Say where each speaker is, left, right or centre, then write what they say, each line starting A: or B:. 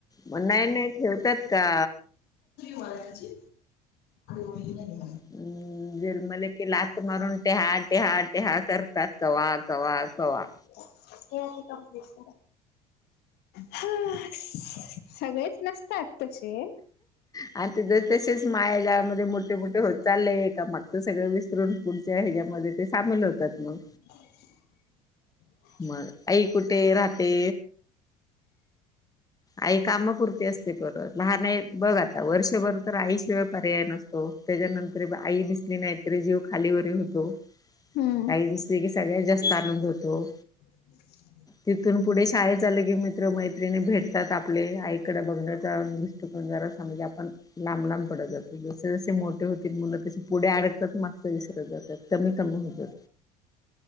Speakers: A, on the left; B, on the left.
A: मग नाही नाही ठेवत्यात का?
B: वाचओ <inaudible>
A: हम जन्मल कि लात मारून तेहाट टहा, टहा करतात कवा्हा, कवा्हा, कवा्हा.
B: हे आधी कम्प्लीट करा. हा सगळेच नसतात तसे.
A: आणि ति ज तसेच मायाजाळामध्ये मोठे, मोठे. चाललय एका मागचं तर सगळं विसरून पुढचे ह्याच्यामध्ये ते सामील होतात मग.
B: <inaudible>
A: मग आई कुठे राहते. आई कामपुरती असते परत लहान आहे बघ आता, वर्षभर तर आईशिवाय पर्याय नसतो. त्याच्यानंतर, आई दिसली नाहीतरी जीव खालीवर होतो.
B: हम्म
A: आई दिसली की सगळ्यात जास्त आनंद होतो.
B: <inaudible>
A: तिथून पुढे शाळेत आलं की मित्र, मैत्रिणी भेट त्यात आपले आईकड बघण्याचा दृष्टिकोन जरा अस म्हणजे आपण लांब, लांब पडत जातो जसे जसे मोठ मोठी होतांत मुलं तसं पुढे अडकतांत, मागचं विसरतं जातांत कमी, कमी होतांत.